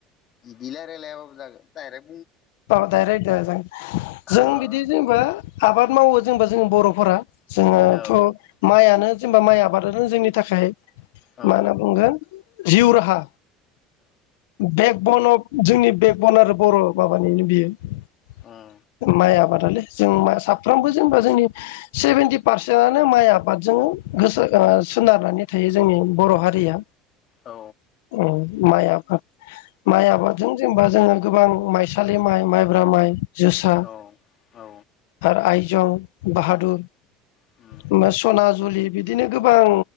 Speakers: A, on the left; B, on the left.
A: इदि रायलाय लायाबाबो जागोन दायरेक
B: औ डाइरेक्ट दे जों
A: औ
B: जों बिदि जेनेबा आबाद मावो जोंबा जों बर'फोरा। जोङोथ'
A: औ
B: माइयानो जेनेबा माइ आबादानो जोंनि थाखाय
A: औ
B: मा होनना बुंगोन। जिउ राहा <unintelligible> जोंनि बेकबन आरो बर' बाबानिनो बियो
A: उम
B: माइ आबाद । जों मा साफ्रोमबो जेनेबा जोंनि सेभेेनटि पारसेन्टनो माइ आबादजों गोसो सोनारनानै थायो जोंनि बर' हारिया।
A: औ
B: उम्म माइ आफाद माइ आबादजों जेनेबा जोङो गोबां माइ सालि माइ माइब्रा माइ जोसा
A: औ औ
B: आरो आइ जं बाहादुर
A: उम
B: ओफाय सनाजुलि बिदिनो गोबां